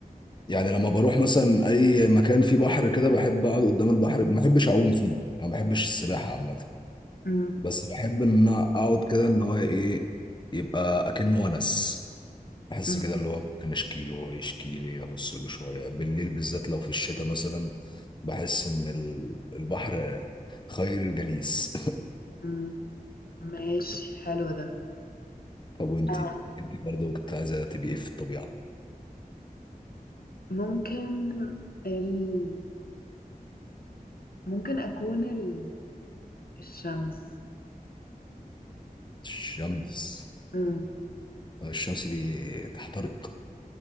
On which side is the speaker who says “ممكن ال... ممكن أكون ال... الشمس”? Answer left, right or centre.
Left